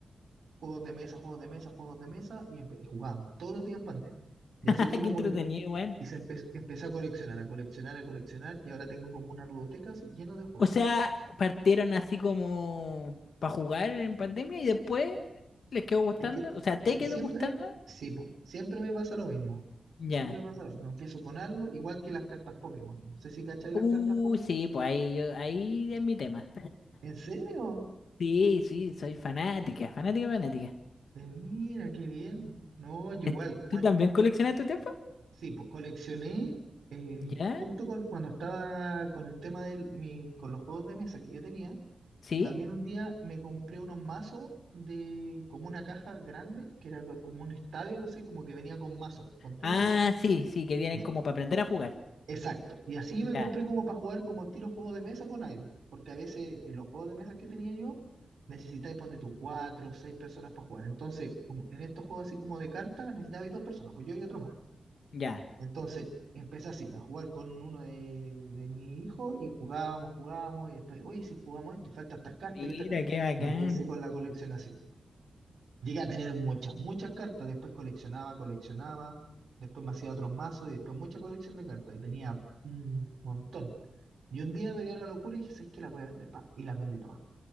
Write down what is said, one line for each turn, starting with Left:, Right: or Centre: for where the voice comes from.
Right: juegos de mesa, juegos de mesa, juegos de mesa, y, empe- y jugábamos todos los días en pandemia. Y
Left: <laughs>
Right: así fue como
Left: Qué entretenido
Right: que
Left: igual.
Right: y se empe- empecé a coleccionar, a coleccionar, a coleccionar, y ahora tengo como una ludoteca así, lleno de juegos.
Left: O sea, partieron así como para jugar en pandemia y después les quedó gustando.
Right: Es que,
Left: O sea, ¿te
Right: es que
Left: quedó
Right: siempre,
Left: gustando?
Right: sí, po, siempre me pasa lo mismo.
Left: Ya.
Right: Siempre me pasa lo mismo. Empiezo con algo, igual que las cartas Pokémon. No sé si cacháis las
Left: Uh,
Right: cartas Pokémon.
Left: sí, pues ahí yo, ahí es mi tema.
Right: ¿En serio?
Left: Sí, sí, soy fanática, fanática, fanática.
Right: Eh, Mira, qué bien. No, yo
Left: Est-
Right: igual, bueno,
Left: ¿Tú también coleccionas tu tiempo?
Right: sí, pues coleccioné eh,
Left: ¿Ya?
Right: junto con cuando estaba con el tema de mi, con los juegos de mesa que yo tenía,
Left: ¿Sí?
Right: También un día me compré unos mazos de como una caja grande, que era co- como un estadio, no sé, como que venía con mazos, con tres
Left: Ah,
Right: mazos.
Left: sí, sí, que vienen
Right: Ya,
Left: como para aprender a jugar.
Right: exacto. Y así me compré
Left: Ya,
Right: como para jugar como estilo juego de mesa con alguien, porque a veces en los juegos de mesa que tenía yo necesitáis, ponte tú, cuatro o seis personas para jugar. Entonces, como en estos juegos así como de cartas, necesitabais dos personas, pues yo y otro más.
Left: ya.
Right: Entonces empecé así, a jugar con uno de, de mi hijo y jugábamos, jugábamos, y después, oye, si jugamos esto y falta estas cartas
Left: Mira,
Right: y estas cartas,
Left: qué bacán.
Right: y empecé con la colección así. Llegué a tener muchas, muchas cartas, después coleccionaba, coleccionaba, después me hacía otros mazos y después mucha colección de cartas y tenía un montón. Y un día me dio la locura y dije, ¿sabes qué? Las voy a vender, pa, y las vendí todas.